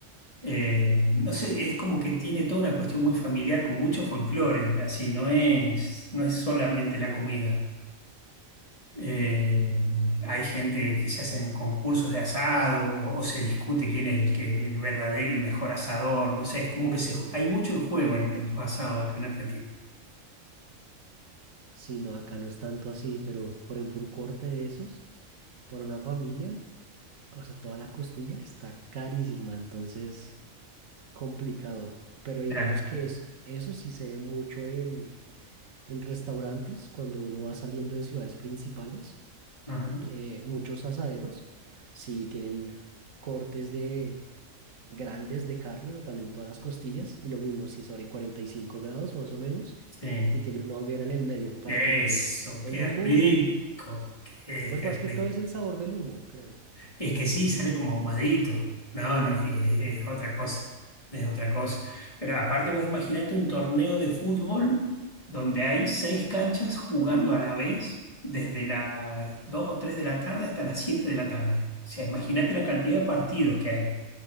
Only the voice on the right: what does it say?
Sí, no, acá no es tanto así, pero por ejemplo, un corte de esos para una familia, o sea, toda la costilla está carísima, entonces... complicado, pero digamos
que es, eso sí se ve mucho en, en restaurantes cuando uno va saliendo de ciudades principales.
eh, muchos asaderos sí tienen cortes de grandes de carne o también todas las costillas y lo mismo si sobre 45 grados más o menos
y tienen una hoguera en el medio para
que les dé el
humo
y
pues
más
que todo es el sabor del humo, creo.
Sí,